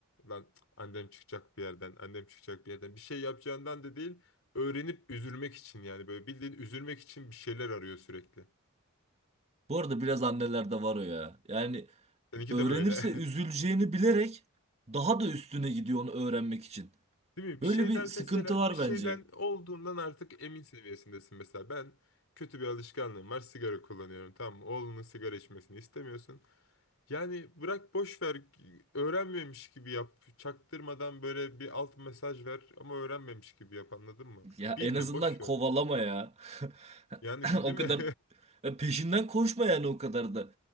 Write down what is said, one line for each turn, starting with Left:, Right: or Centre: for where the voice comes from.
Left: lan annem çıkacak bir yerden, annem çıkacak bir yerden. Bir şey yapacağından da değil, öğrenip üzülmek için yani. Böyle bildiğin üzülmek için bir şeyler arıyor sürekli.
Right: Bu arada biraz annelerde var o ya. Yani
Left: Seninki
Right: öğrenirse
Left: de böyle.
Right: üzüleceğini
Left: <laughs>
Right: bilerek daha da üstüne gidiyor onu öğrenmek için.
Left: Değil mi? Bir
Right: Böyle
Left: şeyden
Right: bir sıkıntı
Left: mesela
Right: var
Left: bir şeyden
Right: bence.
Left: olduğundan artık emin seviyesindesin mesela. Ben kötü bir alışkanlığım var sigara kullanıyorum. Tamam mı? Oğlunun sigara içmesini istemiyorsun. Yani bırak boş ver öğrenmemiş gibi yap. Çaktırmadan böyle bir alt mesaj ver ama öğrenmemiş gibi yap anladın mı?
Right: Ya
Left: Bilme
Right: en azından
Left: boş ver.
Right: kovalama ya. <laughs>
Left: Yani
Right: <laughs>
Left: ki-
Right: O
Left: değil mi?
Right: kadar e, peşinden koşma yani o kadar da.